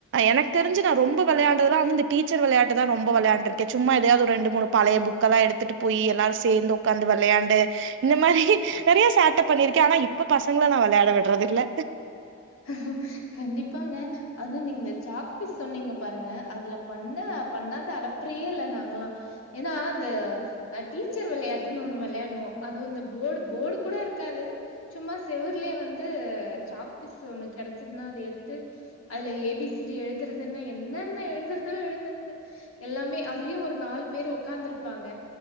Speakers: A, on the right; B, on the left.
A: எனக்கு தெரிஞ்ச நா ரொம்ப விளையாறதுலா வ இந்தடீச்சர் விளையாட்டுதா ரொம்ப விளையாண்ட இருக்கே சும்மா ஏதாவது ஒரு ரெண்டு மூணு பழைய புக் உக்கெல்லா எத்துட்டு போய் எல்லாரு சேர்ந்து உட்காந்து விளையாண்டு இந்த மாரி நெறய சேட்ட பண்ணிருக்கே ஆனா இப்ப பசங்களை நா விளையாட விடுறது இல்ல
B: ஆஹ <unintelligible> கண்டிப்பாங்க அது நீங்க சாக்பீஸ் சொன்னீங்க பாருங்க அதுல பண்ண பண்ணாத அளப் பிரியல்ல நாங்கெல்லா ஏனா அந்த டீச்சர் வெளையாட்டுணு ஒன்னு வெளையாடுவோ அ அது போடு போடு கூட இருக்காது சும்மா செவுர்லயே வந்து சாக் பிசு ஒண்ணு கெடைச்சதுன்னா அத எடுத்து அதுல ஏ பி சி டி எழுதற்துதன்ன என்னன்ன எழுதுதற்தோ எழுததுதற்து எல்லாமே அதுலயு ஒரு நாலு பேர் உக்காந்துருப்பாங்க